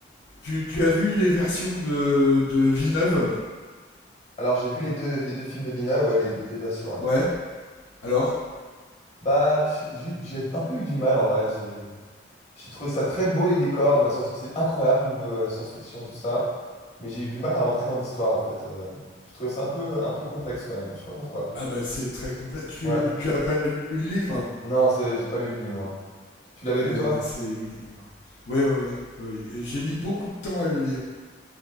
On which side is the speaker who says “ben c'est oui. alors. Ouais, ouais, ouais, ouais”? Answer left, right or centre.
Left